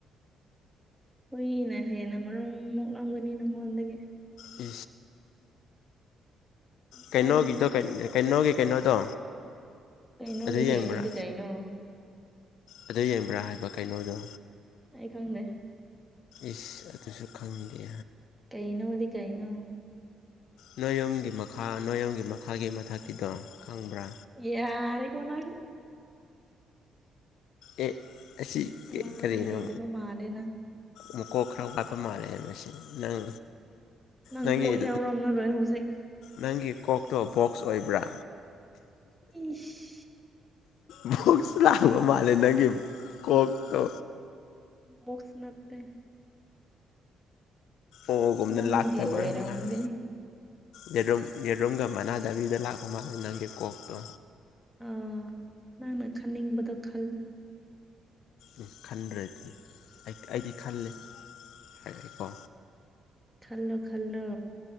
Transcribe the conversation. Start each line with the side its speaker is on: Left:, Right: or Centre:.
Centre: ꯍꯨꯏꯅ ꯍꯦꯟꯅ ꯃꯔꯣꯝ ꯃꯣꯛꯂꯝꯒꯅꯤ ꯅꯪꯉꯣꯟꯗꯒꯤ
Left: ꯎ
Centre: ꯏꯁꯥꯏꯒꯅꯨ
Left: ꯀꯩꯅꯣꯒꯤ ꯀꯩꯅꯣꯒꯤ ꯀꯩꯅꯣꯗ
Centre: ꯀꯩꯅꯣꯒꯤ
Left: ꯑꯗꯨ ꯌꯦꯡꯕ꯭ꯔꯥ
Centre: ꯀꯩꯅꯣꯗꯤ ꯀꯩꯅꯣ
Left: ꯑꯗꯨ ꯌꯦꯡꯕ꯭ꯔꯥ ꯍꯥꯏꯕ ꯀꯩꯅꯣꯗꯣ
Centre: ꯑꯩ ꯈꯪꯅꯦ
Left: ꯏꯁ ꯑꯗꯨꯁꯨ ꯈꯪꯗꯦ
Centre: ꯀꯩꯅꯣ ꯀꯩꯅꯣ
Left: ꯅꯣꯏꯌꯣꯝꯒꯤ ꯃꯈꯥ ꯅꯣꯌꯌꯣꯝꯒꯤ ꯃꯈꯥꯒꯤ ꯃꯊꯛꯀꯤꯗꯣ ꯈꯪꯕ꯭ꯔꯥ
Centre: ꯌꯥꯔ ꯀꯣꯟꯅ
Left: ꯑꯦ ꯑꯁꯤ
Centre: ꯋꯥ
Left: ꯀꯔꯤꯅꯣ
Centre: ꯂꯩꯗꯕ ꯃꯥꯜꯂꯦ ꯅꯪ
Left: ꯃꯀꯣꯛ ꯈꯔ ꯋꯥꯠꯄ ꯃꯥꯜꯂꯦ ꯃꯁꯤ ꯅꯪ
Centre: ꯅꯪ
Left: ꯅꯪꯒꯤ
Centre: ꯀꯣꯛ ꯌꯥꯎꯔꯝꯔꯔꯣꯏ ꯍꯧꯖꯤꯛ
Left: ꯅꯪꯒꯤ ꯀꯣꯛꯇꯣ ꯕꯣꯛꯁ ꯑꯣꯏꯕ꯭ꯔꯥ
Centre: ꯏꯁ
Left: ꯕꯣꯛꯁ ꯂꯥꯛꯕ ꯃꯥꯂꯦ ꯅꯪꯒꯤ ꯀꯣꯛꯇꯣ
Centre: ꯕꯣꯛꯁ ꯅꯠꯇꯦ
Left: ꯑꯣꯒꯨꯝꯅ
Centre: ꯅꯪꯒꯤ
Left: ꯂꯥꯛꯇꯕ꯭ꯔꯥ
Centre: ꯑꯣꯏꯔꯝꯒꯅꯤ
Left: ꯃꯥꯅ ꯌꯦꯔꯨꯝ ꯌꯦꯔꯨꯝꯒ ꯃꯅꯥꯗꯥꯕꯤꯗ ꯂꯥꯛꯄ ꯃꯥꯜꯂꯦ ꯅꯪꯒꯤ ꯀꯣꯛꯇꯣ
Centre: ꯑꯥ ꯅꯪꯅ ꯈꯟꯅꯤꯡꯕꯗꯣ ꯈꯜꯂ
Left: ꯎꯝ ꯈꯟꯗ꯭ꯔꯗꯤ ꯑꯩꯗꯤ ꯈꯜꯂꯦ ꯍꯥꯏꯀꯣ
Centre: ꯈꯜꯂꯣ ꯈꯜꯂꯣ